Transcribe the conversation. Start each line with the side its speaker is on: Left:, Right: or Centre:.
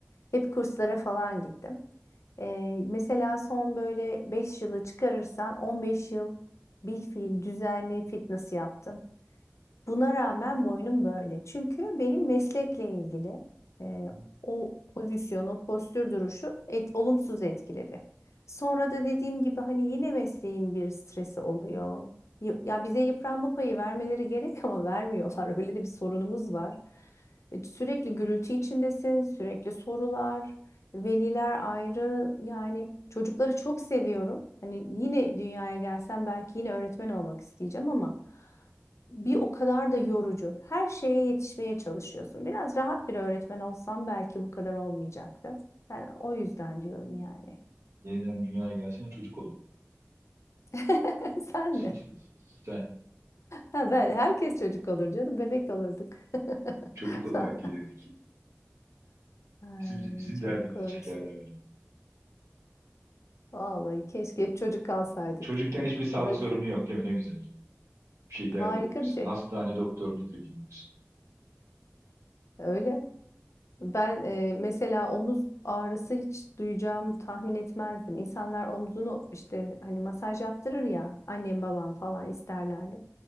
Left: Hep kurslara falan gittim. Ee, mesela son böyle 5 yılı çıkarırsan 15 yıl bilfiil düzenli fitness yaptım. Buna rağmen boynum böyle. Çünkü benim meslekle ilgili e,
Right: Hı.
Left: o pozisyon, o postür duruşu et, olumsuz etkiledi. Sonra da dediğim gibi hani yine mesleğin bir stresi oluyor. Y- Ya bize yıpranma payı vermeleri gerek ama vermiyorlar. <laughs> Öyle de bir sorunumuz var. E, Sürekli gürültü içindesin, sürekli sorular, veliler ayrı. Yani çocukları çok seviyorum. Hani yine dünyaya gelsem belki yine öğretmen olmak isteyeceğim ama bir o kadar da yorucu. Her şeye yetişmeye çalışıyorsun. Biraz rahat bir öğretmen olsam belki bu kadar olmayacaktı. Ben o yüzden diyorum yani.
Right: Yeniden dünyaya gelsen çocuk olun.
Left: <laughs> Sen mi?
Right: <laughs> Sen
Left: Ha, ben, herkes çocuk olur canım. Bebek olurduk.
Right: çocuk
Left: <laughs>
Right: olarak gelirdik.
Left: Ay
Right: Bizim bizim
Left: çok
Right: derdimizi
Left: komiksin.
Right: çekerlerdi.
Left: Vallahi keşke hep çocuk kalsaydık.
Right: Çocukken hiçbir sağlık
Left: O da
Right: sorunu yok değil mi? Ne güzel. Bir şey dert
Left: harika
Right: etmiyorsun.
Left: bir şey.
Right: Hastane doktor nedir bilmiyorsun.
Left: Öyle. Ben e, mesela omuz ağrısı hiç duyacağımı tahmin etmezdim. İnsanlar omzunu işte hani masaj yaptırır ya annem babam falan isterlerdi.